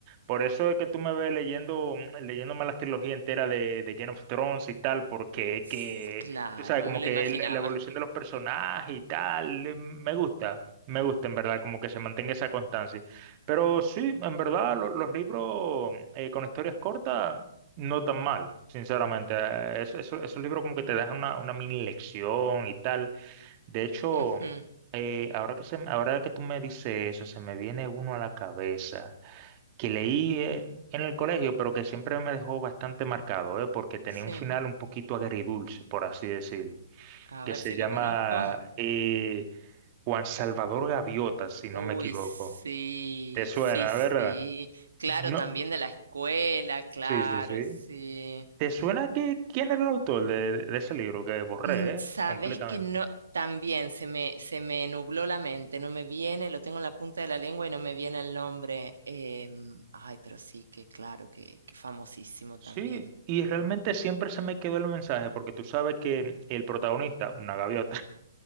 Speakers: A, on the right (about 35°); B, on the right (about 70°).
A: Por eso es que tú me ves leyendo, leyéndome las trilogías enteras de, de Game of Thrones y tal, porque
B: S-
A: que,
B: Claro,
A: tú sabes, como
B: me lo
A: que
B: imaginaba.
A: la la evolución de los personajes y tal, eh, me gusta, me gusta en verdad, como que se mantenga esa constancia. Pero sí, en verdad, lo- los libros eh, con historias cortas no tan mal, sinceramente. Eh, es- eso- esos libros como que te dejan una, una mini lección y tal. De hecho,
B: Ujú,
A: eh, ahora que se, me- ahora que tú me dices eso, se me viene uno a la cabeza que leí eh, en el colegio, pero que siempre me dejó bastante marcado, eh, porque tenía
B: Sí,
A: un final un poquito agridulce, por así decir,
B: a
A: que
B: ver
A: se
B: si
A: llama
B: lo conozco.
A: eh, Juan Salvador Gaviota, si no
B: Uy,
A: me equivoco.
B: sí,
A: ¿Te suena,
B: sí, sí.
A: verdad?
B: Claro,
A: No,
B: también de la escuela, claro,
A: sí, sí, sí.
B: sí.
A: ¿Te suena que quién era el autor de, de ese libro que borré,
B: Mm, Sabes
A: eh? Completamente.
B: que no, también se me, se me nubló la mente, no me viene, lo tengo en la punta de la lengua y no me viene el nombre. em, ay, pero sí, que claro, que, que famosísimo también.
A: Sí,
B: <laughs>
A: y realmente siempre se me quedó el mensaje, porque tú sabes que el protagonista, una gaviota,